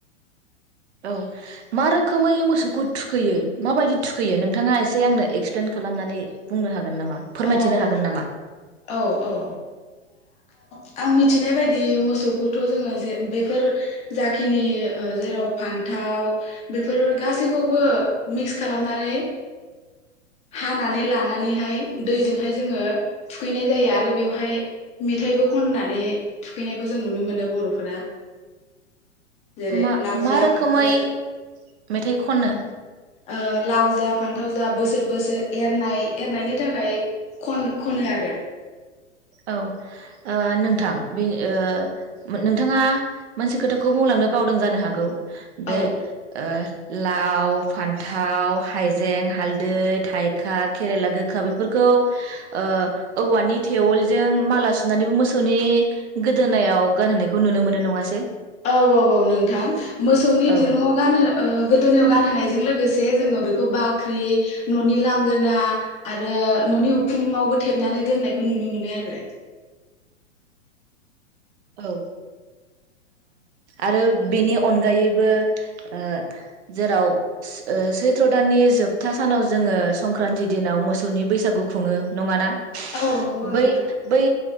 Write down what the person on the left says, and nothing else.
औ-औ-औ
आ आं मिथिनाय बायदि मोसौखौथ' जोङो जे बेफोर जाखिनि ओ जेराव फान्थाव बेफोर गासैखौबो मिक्स खालामनानै हानानै लानानैहाय दैजोंहाय जोङो थुखैनाय जायो आरो बेवहाय मेथायाइबो खननानै थुखैनायखौ जों नुनो मोनो बर'फोरा जेरै
लाव
जा
फान्थाव जा
ओ लाव जा फान्थाव जा बोसोर बोसोर एरनाय एरनायनि थाखाय ओमफ्राय खन खनो आरो
औ
औ
औ औ औ नोंथां मोसौनि
दिरुङाव गानो गोदोनायाव गानहोनायजों लोगोसे जोङो बेखौ बाख्रि ननि लांगोना आरो ननि उखुमावबो थेबनानै दोननायखौ नुनो मोनो आरो
आरो औ नंगौ नोंथां